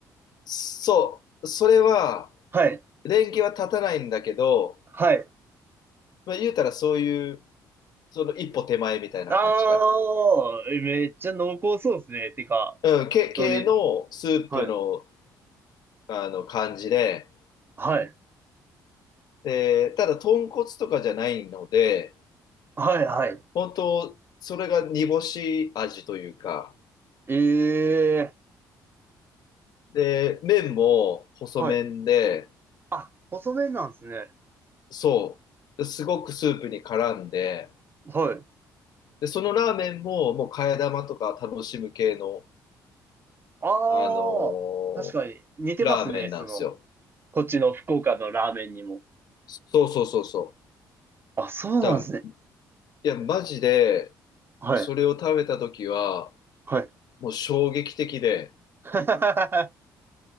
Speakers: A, on the left; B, on the right.
A: そう、それは、
B: はい。
A: 連携は立たないんだけど、
B: はい。
A: まあ、言うたらそういう、その一歩手前みたいな感じかな。
B: ああ、えめっちゃ濃厚そうですね。てか、
A: うん、け、系のスープの、
B: 本当に。はい。
A: あの感じで、
B: はい。
A: で、ただ豚骨とかじゃないので、
B: はい。はい。
A: 本当それが煮干し味というか、
B: ええ。
A: で、麺も細麺で、
B: はい。あ、細麺なんですね。
A: そう、すごくスープに絡んで、
B: はい。
A: で、そのラーメンももう替え玉とか楽しむ系の、
B: ああ、
A: あの
B: 確かに似てますね。
A: ーラーメンなんですよ。
B: その、こっちの福岡のラーメンにも。
A: そうそうそうそう。
B: あ、そうなんですね。
A: だ、いや、マジで、
B: はい。
A: それを食べた時は、
B: はい。
A: もう衝撃的で、
B: <laughs>